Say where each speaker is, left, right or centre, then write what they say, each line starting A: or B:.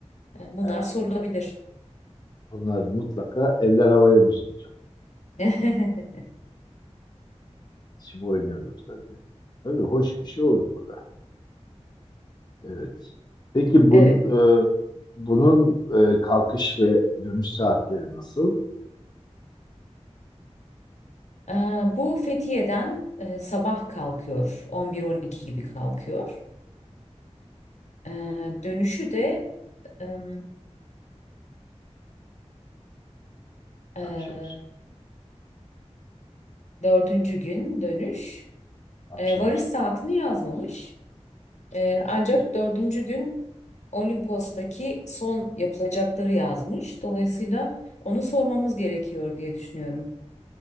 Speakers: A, on the left; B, on the left.
A: E, bunlar
B: evet
A: sorulabilir.
B: bunlar onlar mutlaka eller havaya müziği çalıyor.
A: <laughs>
B: Şimdi oynuyoruz tabii. Tabii hoş bir şey olur bu da. Evet. Peki bunun,
A: Evet.
B: e, bunun e, kalkış ve dönüş saatleri nasıl?
A: Ee, bu Fethiye'den e, sabah kalkıyor. 11-12 gibi kalkıyor. Ee, dönüşü de em, e,
B: Akşam,
A: dördüncü gün dönüş.
B: akşam.
A: Ee, varış saatini yazmamış. Ee, ancak
B: İşte,
A: dördüncü gün Olimpos'taki son yapılacakları yazmış. Dolayısıyla onu sormamız gerekiyor diye düşünüyorum.